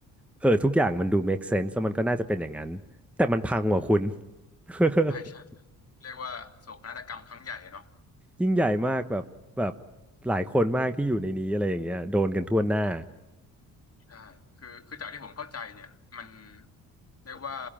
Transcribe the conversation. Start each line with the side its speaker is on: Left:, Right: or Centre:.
Centre: เออทุกอย่างมันดู make sense แล้วมันก็น่าจะเป็นอย่างนั้นแต่มันพังว่ะคุณ <laughs>
Left: ใช่ใช่เรียกว่าโศกนาฏกรรมครั้งใหญ่เนาะ
Centre: ยิ่งใหญ่มากแบบแบบหลายคนมากที่อยู่ในนี้อะไรอย่างเงี้ยโดนกันทั่วหน้า
Left: ใช่คือคือจากที่ผมเข้าใจเนี่ยมันเรียกว่า